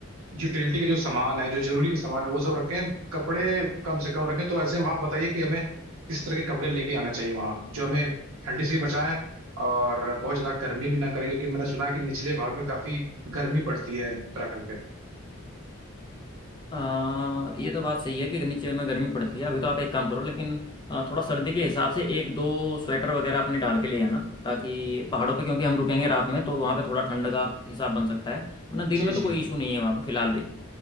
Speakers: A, on the right; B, on the left.
A: यूटिलिटी के जो सामान है जो जरूरी के सामान है वो सब रखें कपड़े कम से कम रखें तो ऐसे में आप बताइए कि हमें किस तरह के कपड़े लेके आना चाहिए वहाँ जो हमें ठंडी से भी बचाएं और बहुत ज़्यादा गर्मी भी ना करें क्योंकि मैंने सुना है कि निचले भाग में काफ़ी गर्मी पड़ती है उत्तराखंड के
B: आ, ये तो बात सही है कि नीचे में गर्मी पड़ती है अभी तो आप एक काम करो लेकिन आ, थोड़ा सर्दी के हिसाब से एक दो स्वेटर वगैरह अपने डाल के ले आना ताकि पहाड़ों पे क्योंकि हम रुकेंगे रात में तो वहाँ पे थोड़ा ठंड का हिसाब बन सकता है वरना दिन
A: जी
B: में
A: जी
B: तो कोई इशू नहीं है वहाँ पे फिलहाल भी